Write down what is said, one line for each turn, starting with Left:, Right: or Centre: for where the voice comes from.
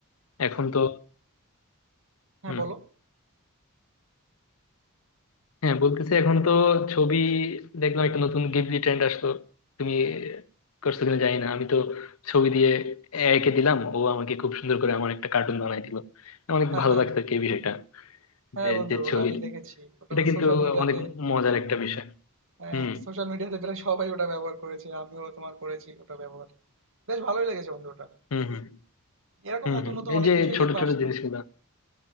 Left: এখন তো
Right: হ্যাঁ,
Left: হম
Right: বলো।
Left: হ্যাঁ বলতেছি এখন তো ছবি দেখলাম একটা নতুন গিবলি ট্রেন্ড আসলো তুমি করছো কিনা জানি না আমি তো ছবি দিয়ে এআই কে দিলাম ও আমাকে খুব সুন্দর করে আমার একটা কার্টুন বানাই দিল অনেক
Right: <laughs>
Left: ভালো লাগতো আর কি এই বিষয়টা
Right: হ্যাঁ
Left: যে
Right: বন্ধু
Left: যে
Right: ওটা
Left: ছবির
Right: আমি দেখেছি। ওটা
Left: এটা
Right: তো
Left: কিন্তু
Right: সোশ্যাল মিডিয়াতে
Left: অনেক মজার একটা বিষয়
Right: হ্যাঁ
Left: হুম
Right: সোশ্যাল মিডিয়াতে প্রায় সবাই ওটা ব্যবহার করেছে আমিও তোমার করেছি ওটা ব্যবহার বেশ ভালোই লেগেছে বন্ধু ওটা
Left: হুম হুম
Right: এরকম
Left: হুম
Right: নতুন
Left: হুম
Right: নতুন
Left: এই
Right: অনেক
Left: যে
Right: কিছুই
Left: ছোট
Right: দেখবে
Left: ছোট
Right: আসতে
Left: জিনিসগুলা
Right: থাকবে